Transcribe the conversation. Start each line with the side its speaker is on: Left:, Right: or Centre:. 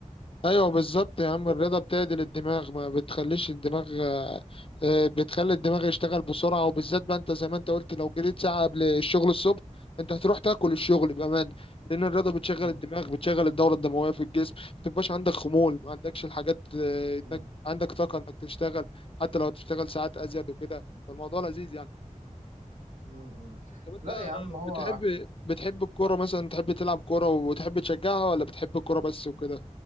Left: ايوه بالظبط يا عم الرياضه بتعدل الدماغ ما بتخليش الدماغ آه، آه، بتخلي الدماغ يشتغل بسرعه وبالذات بقى انت زي ما انت قلت لو جريت ساعه قبل الشغل الصبح انت هتروح تاكل الشغل بامان لان الرياضه بتشغل
Right: مم.
Left: الدماغ بتشغل الدوره الدمويه في الجسم ما تبقاش عندك خمول ما عندكش الحاجات آه،
Right: مم.
Left: إنك- عندك طاقه انك تشتغل حتى لو تشتغل ساعات ازيد وكده فالموضوع لذيذ يعني
Right: مم. مم.
Left: طب انت
Right: لا يا عم هو
Left: بتحب بتحب الكوره مثلا تحب تلعب كوره وتحب تشجعها ولا بتحب الكوره بس وكده